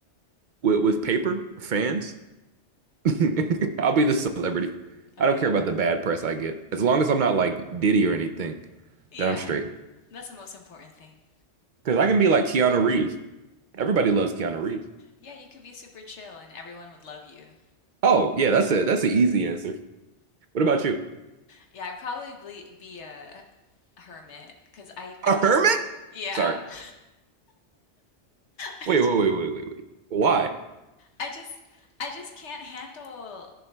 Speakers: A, on the right (about 55°); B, on the left (about 75°).
A: with with paper fans. <laughs> I'll be the celebrity.
B: Okay.
A: I don't care about the bad press I get. As long as I'm not like Diddy or anything,
B: Yeah,
A: then I'm straight.
B: that's the most important thing.
A: Because I can be like Keanu Reeves. Everybody loves Keanu Reeves.
B: Yeah, you could be super chill and everyone would love you.
A: Oh, yeah, that's it. That's an easy answer. What about you?
B: Yeah, I'd probably be, be a hermit because I,
A: A
B: I
A: hermit?
B: just, yeah,
A: Sorry.
B: <laughs> I
A: Wait,
B: just,
A: wait, wait, wait, wait, wait. Why?
B: I just, I just can't handle,